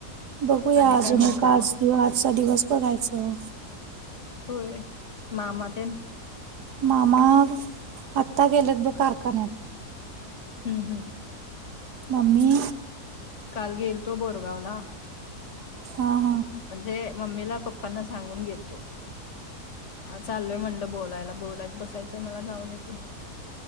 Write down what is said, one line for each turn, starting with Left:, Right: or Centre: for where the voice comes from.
Right: बघूया
Left: आणि
Right: अजून
Left: काय म्हणताय
Right: एकज
Left: मग
Right: दि आजचा दिवस बघायचा.
Left: होय मामा तेन
Right: मामा आत्ता गेलेत बघ कारखान्यात
Left: हम्म हम्
Right: मम्मी
Left: काल गेलतो बोरगाव ला
Right: हां हा
Left: म्हणजे मम्मीला पप्पांना सांगून गेलतो. हा चालूय म्हणलं बोलायला बोलायत बसायचंय मला जाऊन येतू.